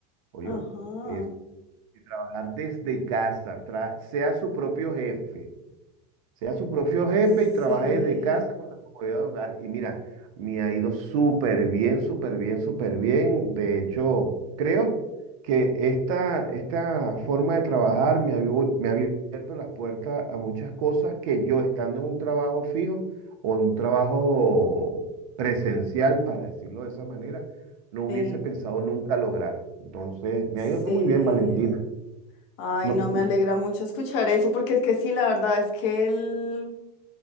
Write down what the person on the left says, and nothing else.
ajá,
sí,
sí,
sí.
Ay,
no me alegra mucho escuchar eso, porque es que sí, la verdad es que el,